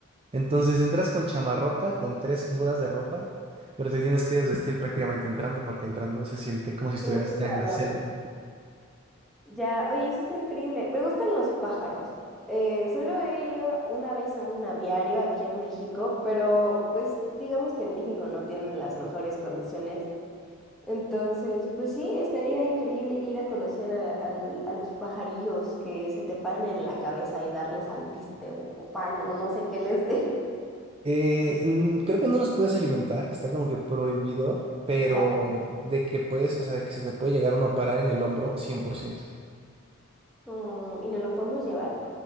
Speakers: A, on the right; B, in the centre.
A: Entonces entras con chamarrota, con tres mudas de ropa, pero te tienes que desvestir prácticamente entrando porque entrando se siente como si estuvieras
B: hace mucho
A: ya
B: calor.
A: en la selva.
B: Ya, oye, eso está increíble. Me gustan los pájaros. Eh, solo he ido una vez a un aviario aquí en México, pero pues digamos que en México no tienen las mejores condiciones. Entonces, pues sí, estaría increíble ir a conocer a, al- a los pajarillos que se te paran en la cabeza y darles alpiste o, o pan o no sé qué les dé.
A: Eh, mm, creo que no los puedes alimentar, está como que prohibido, pero
B: <laughs> Qué chafa.
A: de que puedes, o sea, de que se te puede llegar uno a parar en el hombro cien por ciento
B: Mm, ¿y no lo podemos llevar?